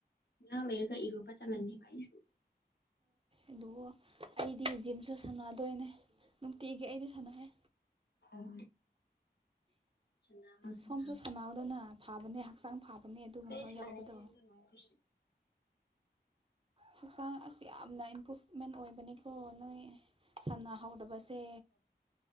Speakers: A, on the left; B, on the right.
A: ꯉꯍꯥꯛ ꯂꯩꯔꯒ ꯏꯔꯨꯕ ꯆꯠꯂꯅꯤꯕ ꯑꯩꯁꯨ
B: ꯑꯗꯨꯕꯨ ꯑꯩꯗꯤ ꯖꯤꯝꯁꯨ ꯁꯥꯟꯅꯗꯣꯏꯅꯦ ꯅꯨꯡꯇꯤꯒꯤ ꯑꯩꯗꯤ ꯁꯥꯟꯅꯩꯌꯦ
A: ꯎꯝ ꯁꯅꯋꯣ ꯁꯟꯅꯥꯎ
B: ꯁꯣꯝꯁꯨ ꯁꯥꯟꯅꯧꯗꯅ ꯐꯕꯅꯦ ꯍꯛꯆꯥꯡ ꯐꯕꯅꯦ ꯑꯗꯨꯒꯨꯝꯕ
A: ꯑꯩ ꯁꯥꯅꯅꯤꯡꯗꯦ
B: ꯌꯥꯎꯕꯗꯣ
A: <unintelligible> ꯗꯨꯅꯋꯤꯁꯤ <unintelligible>
B: ꯍꯛꯆꯥꯡ ꯑꯁ ꯌꯥꯝꯅ ꯏꯝꯄ꯭ꯔꯨꯞ ꯃꯦꯟ ꯑꯣꯏꯕꯅꯤꯀꯣ ꯅꯣꯏ ꯁꯥꯟꯅꯍꯧꯗꯕꯁꯦ